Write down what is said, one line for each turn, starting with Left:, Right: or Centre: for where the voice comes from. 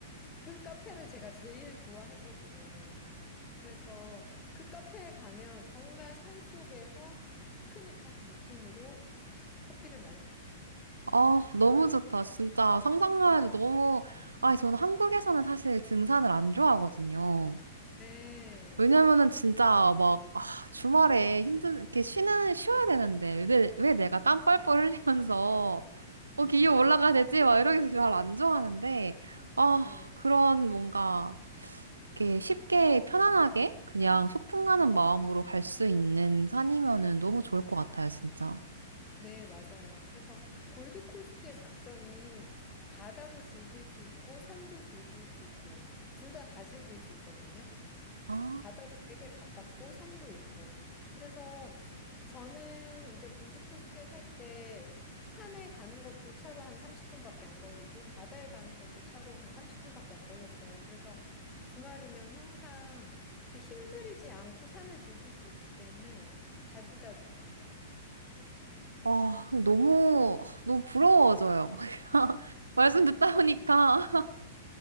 Left: 그 카페를 제가 제일 좋아했거든요. 그래서 그 카페에 가면 정말 산속에서 피크닉하는 느낌으로 커피를 마실 수 있어요.
Right: 어, 너무 좋다. 진짜 상상만 해도 너무, 아, 저는 한국에서는 사실 등산을 안 좋아하거든요.
Left: 네.
Right: 왜냐면은 진짜 막, 아, 주말에 힘든, 이렇게 쉬는, 쉬어야 되는데, 왜, 왜 내가 땀 뻘뻘 흘리면서 어,
Left: 예.
Right: 기업 올라가야 되지? 막 이러면서 잘 안 좋아하는데, 아,
Left: 네.
Right: 그런 뭔가, 이렇게 쉽게 편안하게 그냥 소풍 가는 마음으로 갈 수 있는 산이면은 너무 좋을 것 같아요, 진짜.
Left: 네, 맞아요. 그래서 골드코스트의 장점이 바다도 즐길 수 있고 산도 즐길 수 있고 둘 다 다 즐길 수 있거든요.
Right: 아,
Left: 바다도 되게 가깝고 산도 있고. 그래서 저는 이제 골드코스트에 살 때 산에 가는 것도 차로 한 30분밖에 안 걸리고 바다에 가는 것도 차로 한 30분밖에 안 걸렸어요. 그래서 주말이면 항상 이렇게 힘들이지 않고 산을 즐길 수 있기 때문에 자주자주 갔어요. 네.
Right: 아, 너무, 너무 부러워져요. <laughs> 말씀 듣다 보니까.